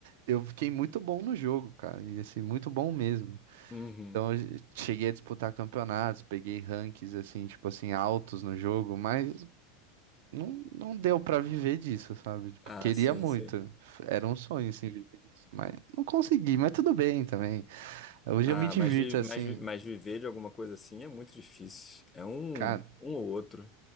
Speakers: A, on the right; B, on the left.
A: eu fiquei muito bom no jogo, cara. E assim, muito bom mesmo.
B: Uhum.
A: Então eu cheguei a disputar campeonatos, peguei rankings, assim, tipo assim, altos no jogo, mas não, não deu pra viver disso, sabe? Tipo,
B: Ah,
A: queria
B: sim,
A: muito.
B: sim.
A: Era um sonho, assim, viver disso. Mas não consegui, mas tudo bem também. Hoje
B: Ah,
A: eu me divirto,
B: mas, vi-
A: assim,
B: mas, vi- mas viver de alguma coisa assim é muito difícil. É um,
A: cara.
B: um ou outro.